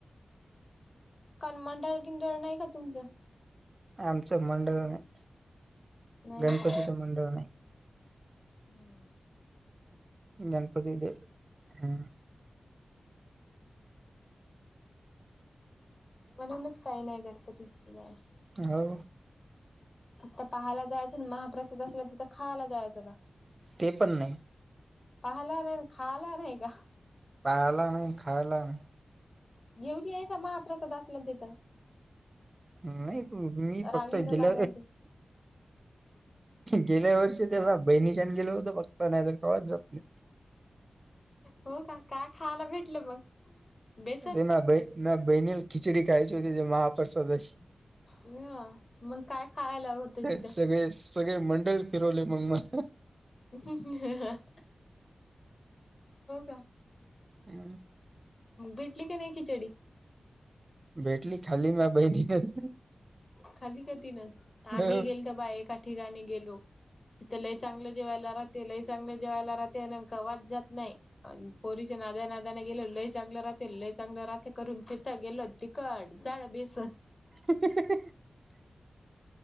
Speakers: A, on the left (about 40°); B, on the right (about 30°).
A: कनमडळ किंडळ नाही का तुमचं
B: आमचं मंडळ नाही
A: नाही
B: गणपतीचं
A: का
B: मंडळ नाही
A: हम्म
B: गणपती ते हम
A: म्हणूनच काही नाही गणपतीची तमस
B: हो
A: फक्त पहायला जायचं ना महाप्रसाद असला तिथं खायला जायचं का
B: ते पण नाही
A: पाहिला नाही खाला नाही का
B: पाहिला नाही खायला नाही
A: घेऊन यायचा महाप्रसाद असला तथं
B: नाही मी
A: रांगेन
B: फक्त गेल
A: लागायचं.
B: गेल्या वर्षी ते बहिणीच्यान गेलं होतं फघत नाही तर कळत जात नाही
A: हो का काय खायला भेटलं मग बेसन?
B: अरे म ब म बहिनीला खिचडी खायची होती ते ज महाप्रसादची
A: ह मग काय खायला होतं
B: स
A: तिथं
B: सगळे सगळे मंडळ फिरवले मग मला
A: हो का
B: हम्
A: भेटली की नाही खिचडी
B: भेटली खाली म बहीणीन
A: खाली क ती ना
B: हो
A: आम्ही गेल तर बा एका ठिकाणी गेलो तिथं लई चांगलं जेवायला राहते लई चांगलं जेवायला राहते नेमकं वास जात नाही पोरीच्या नाद्या नादने गेल लय चांगलं राहते लय चांगलं राहते करून तिथं गेलो तिकट जाळ बेसन
B: <unintelligible>